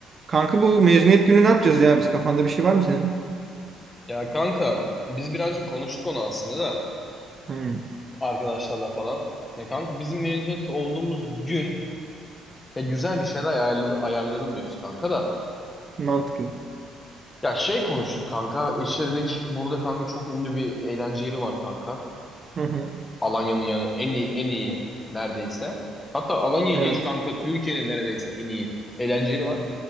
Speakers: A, on the right; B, on the left.
A: Kanka bu mezuniyet günü ne yapacağız ya? Biz kafanda bir şey var mı senin?
B: Ya kanka biz birazcık konuştuk onu aslında da
A: Hmm,
B: arkadaşlarla falan. Ya kanka bizim mezuniyet olduğumuz gün ya güzel bir şeyler ayarlı, ayarlayalım diyoruz kanka da.
A: mantıklı.
B: Ya şey konuştuk kanka işte dedik burada kanka çok ünlü bir eğlence yeri var kanka.
A: Hı hı,
B: Alanya'nın yani en iyi en iyi neredeyse. Hatta Alanya'yı
A: evet.
B: geç kanka Türkiye'nin neredeyse en iyi eğlence yeri var.